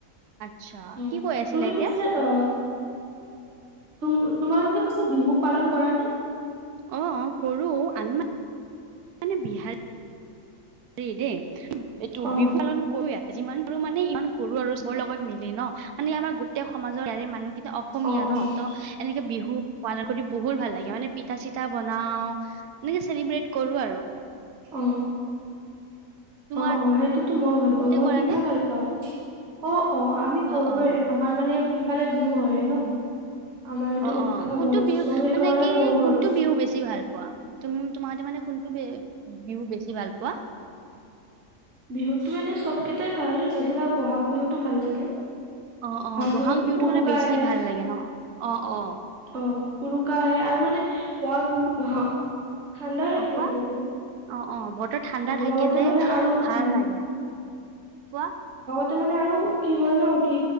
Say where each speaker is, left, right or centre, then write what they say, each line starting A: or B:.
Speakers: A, on the right; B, on the right.
A: আচ্ছা
B: উ
A: কি কৈ আছিলা
B: তুমি
A: এতিয়া?
B: পিছে অ। তুম তোমালোকে পিছে বিহু পালন কৰা নে?
A: অ কৰোঁ আনম। মানে বিহাৰ। হেৰি দেই এইটো
B: অ
A: বিহু পালন কৰ। যিমান পাৰো আৰু মানে ইমান কৰো আৰু চবৰ লগত মিলি ন মানে আমাৰ গোটেই সমাজৰে মানুহ কি। অসমীয়া
B: অ
A: ন
B: অ
A: ত এনেকে বিহু। পালন কৰি বহুত ভাল লাগে মানে পিঠা চিঠা বনাও এনেকে চেলিব্ৰেট কৰো আৰু।
B: অ
A: তোমাৰ।
B: অ অ সেইটোতো মই ভাল পাওঁ
A: তাতে
B: মই
A: কৰা
B: পিঠা
A: নে?
B: ভাল পাও অ অ আমি কৰোৱে
A: অ', অ',
B: আমাৰ মানে। সিফালে বিহু হয় ন-। আমাৰ এইটো
A: অ
B: উৎসৱ
A: অ কোনটো
B: হয় চ'
A: বিহু
B: সেইকাৰণে
A: মানে কি
B: কৰো
A: কোনটো
B: আৰু
A: বিহু বেছি ভাল পোৱা তুমি তোমাৰতে মানে কোনটো। বিহু বেছি। ভাল পোৱা?
B: বিহুতো এনেই। চবকেইটাই ভাল বেছিভাগ বহাগ বিহুতো ভাল লাগে।
A: অ অ ব'হাগ
B: বিহুত
A: বিহুতো
B: উৰুকা
A: মানে বেছি
B: আহে
A: ভাল লাগে ন অ অ।
B: অ উৰুকা আহে আৰু মানে ব'হাগ বিহু ঠাণ্ডা
A: অ',
B: থাকে
A: কোৱা?
B: বতৰটো।
A: অ', অ বতৰ ঠাণ্ডা থাকে
B: লগতে
A: যে
B: মানে আৰু
A: ভাল
B: উম
A: লাগে, কোৱা।
B: ত মানে আৰু কি হয় ন কি